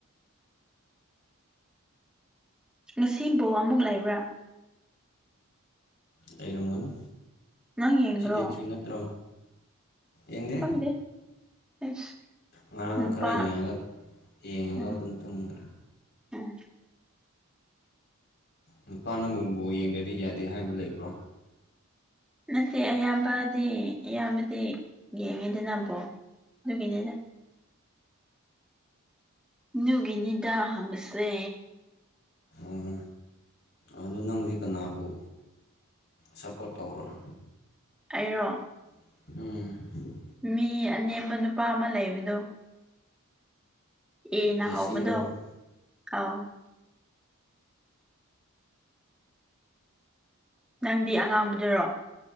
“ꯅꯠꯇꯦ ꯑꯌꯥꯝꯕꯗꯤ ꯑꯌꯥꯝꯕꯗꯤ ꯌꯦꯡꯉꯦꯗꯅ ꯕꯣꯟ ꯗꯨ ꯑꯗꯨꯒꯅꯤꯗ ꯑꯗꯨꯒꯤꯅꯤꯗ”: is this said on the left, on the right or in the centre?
Centre